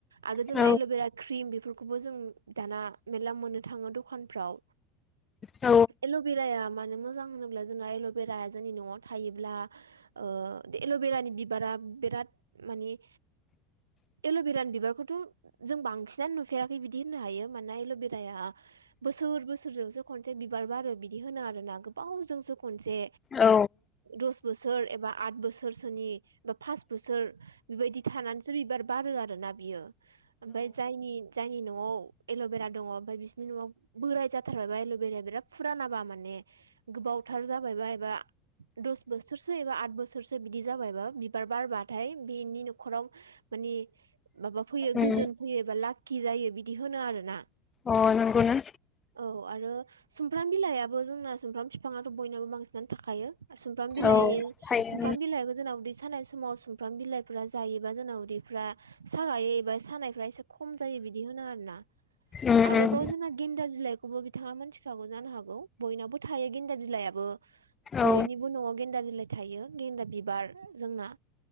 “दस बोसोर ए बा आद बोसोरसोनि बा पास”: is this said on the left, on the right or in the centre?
Right